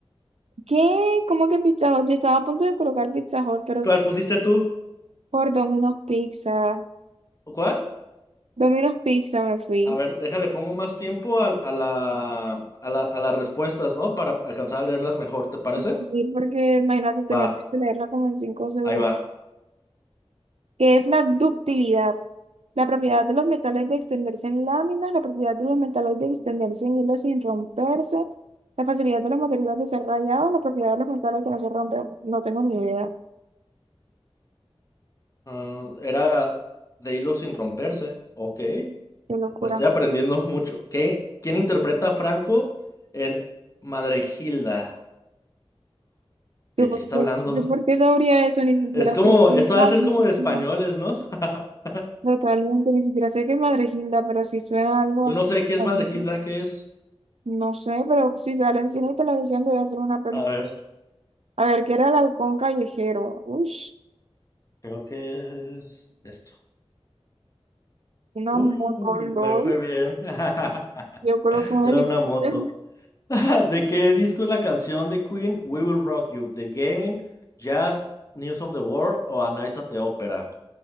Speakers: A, on the right; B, on the left.
A: ¿qué? ¿Cómo que Pizza Hut? Yo estaba a punto de colocar Pizza Hut, pero
B: ¿Cuál pusiste tú?
A: por Domino's Pizza.
B: ¿Cuál?
A: Domino's Pizza me fui.
B: A ver, déjale, pongo más tiempo a, a la, a la- a las respuestas, ¿no? Para alcanzar a leerlas mejor, ¿te parece?
A: sí porque, imagínate, tenía
B: Va,
A: que leerla como en 5 segundos.
B: ahí va.
A: ¿Qué es la ductilidad? La propiedad de los metales de extenderse en láminas, la propiedad de los metales de extenderse en hilos sin romperse, la facilidad de los materiales de ser rayados, la propiedad de los metales que no se rompen. No tengo ni idea.
B: Ah, era de hilo sin romperse. Ok,
A: Qué locura.
B: pues estoy aprendiendo <laughs> mucho. ¿Qué? ¿Quién interpreta a Franco en Gilda?
A: Yo,
B: ¿De
A: por
B: qué está
A: yo-
B: hablando?
A: yo por qué sabría
B: <laughs>
A: eso, ni siquiera
B: Es como,
A: sé qué
B: esto
A: es más,
B: ha de ser
A: ni
B: como
A: siquiera-
B: de españoles, ¿no? <laughs>
A: Totalmente, ni siquiera sé qué es Madregilda, pero sí suena algo
B: Yo
A: bastante.
B: no sé qué es
A: famoso.
B: Gilda, ¿qué es?
A: No sé, pero si sale en cine y televisión debe ser una película.
B: A ver,
A: A ver, ¿qué era el halcón callejero? Uy,
B: creo que es esto.
A: una
B: Uh,
A: moto, LOL.
B: me fue bien. <laughs>
A: Yo coloco un
B: Era
A: helicóptero.
B: una moto. <laughs> ¿De qué disco es la canción de Queen We Will Rock You? ¿The Game, Jazz, News of the World o A Night at the Opera?